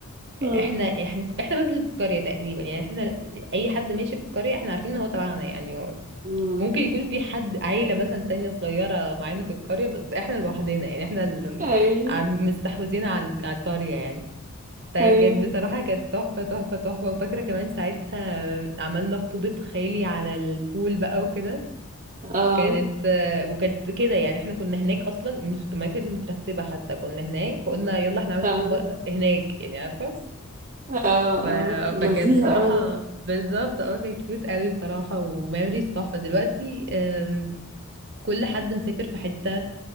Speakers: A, on the right; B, on the right.
A: اه
B: احنا احنا احنا بس اللي في القرية تقريبا يعني احنا اي حد ماشي في القرية احنا عارفين ان هو تبعنا يعني هو
A: أمم.
B: ممكن يكون في حد عيلة مثلا تانية صغيرة معانا في القرية بس احنا لوحدنا يعني احنا اللي
A: ايوه
B: عم- مستحوذين على على القرية يعني فكانت
A: ايوه
B: بصراحة كانت تحفة تحفة تحفة وفاكرة كمان ساعتها عملنا خطوبة خالي على البول بقى وكده
A: اه
B: كانت وكانت كده يعني احنا كنا هناك اصلا مش ما كانتش مترتبة حتى كنا هناك فقلنا يلا احنا نعمل
A: اه
B: خطوبة هناك يعني عارفة
A: اه
B: ف...
A: اه لذيذ
B: فكانت بصراحة
A: قوي
B: بالظبط اه كانت كيوت قوي بصراحة وميموريز تحفة دلوقتي آم، كل حد مسافر في حتة